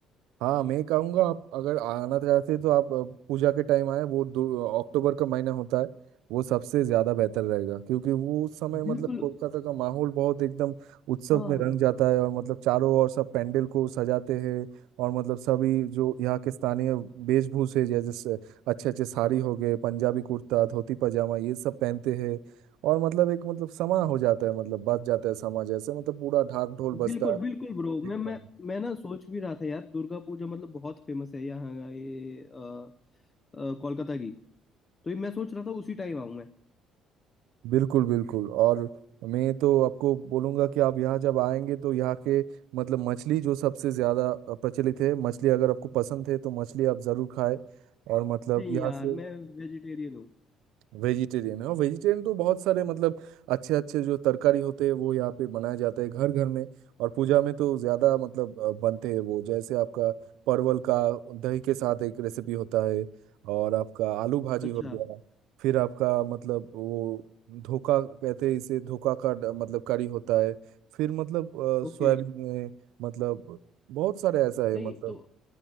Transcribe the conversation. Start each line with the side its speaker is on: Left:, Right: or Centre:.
Right: हाँ मैं कहूँगा आप अगर आना चाहते हैं तो आप अ, पूजा के टाइम आए वो दो- अक्टूबर का महीना होता है वो सबसे ज्यादा बेहतर रहेगा क्योंकि वो उस समय मतलब
Left: बिल्कुल बिल्कुल
Right: कोलकाता का माहौल बहुत एकदम उत्सव
Left: हाँ
Right: में रंग जाता है और मतलब चारों ओर सब पंडाल को सजाते हैं और मतलब सभी जो यहाँ के स्थानीय वेशभूषे जैसे स- अच्छे अच्छे साड़ी हो गए पंजाबी कुर्ता धोती पजामा ये सब पहनते हैं और मतलब एक मतलब समा हो जाता है मतलब बच जाता है समा जैसे मतलब पूरा ढाक ढोल बजता
Left: बिल्कुल
Right: है
Left: बिल्कुल ब्रो मैं
Right: एकदम
Left: मैं मैं ना सोच भी रहा था यार दुर्गा पूजा मतलब बहुत फेमस है यहाँ का ये अ, अ, कोलकाता की तो ये मैं सोच रहा था उसी टाइम आऊँ मैं
Right: बिल्कुल बिल्कुल और मैं तो आपको बोलूंगा कि आप यहाँ जब आएंगे तो यहाँ के मतलब मछली जो सबसे ज़्यादा प्रचलित है मछली अगर आपको पसंद है तो मछली आप ज़रूर खाएं और मतलब
Left: नहीं
Right: यहाँ
Left: यार
Right: से
Left: मैं वेजिटेरियन हूँ
Right: वेजिटेरियन है और वेजिटेरियन तो बहुत सारे मतलब अच्छे अच्छे जो तरकारी होते हैं वो यहाँ पे बनाए जाते हैं घर घर में और पूजा में तो ज्यादा मतलब अ, बनते हैं वो जैसे आपका परवल का दही के साथ एक रेसिपी होता है और आपका आलू भाजी
Left: अच्छा
Right: हो गया फिर आपका मतलब वो धोखा कहते हैं इसे धोखा का ड- मतलब करी होता है फिर मतलब अ,
Left: ओके
Right: सोयाबीन में मतलब बहुत सारे ऐसा है
Left: नहीं
Right: मतलब
Left: तो